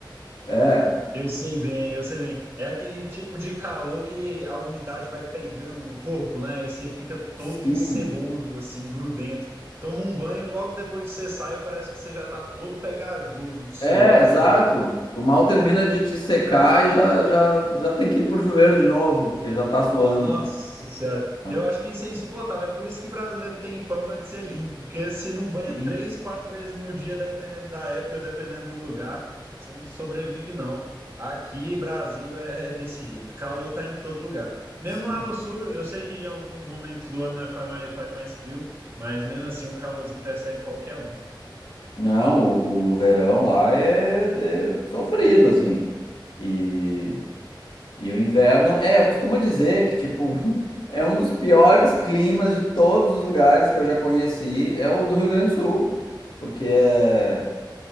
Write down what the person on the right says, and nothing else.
Eu sei bem, eu sei bem. É aquele tipo de calor que a umidade vai pregando no corpo, né? E você fica todo
enceboso, assim, grudento. Toma um banho, logo depois que você sai, parece que você já tá todo pegajoso de suor,
de sujeira.
Nossa Senhora,
eu acho que isso é insuportável. É por isso que brasileiro tem fama de ser limpo, porque se não banha
três, quatro vezes no dia, dependendo da época, dependendo do lugar, você não sobrevive, não. Aqui, Brasil, é é desse jeito. O calor tá em todo lugar. Mesmo
lá no sul, eu sei que em alguns momentos do ano né, faz mais, faz mais frio, mas mesmo assim o calorzinho persegue qualquer um.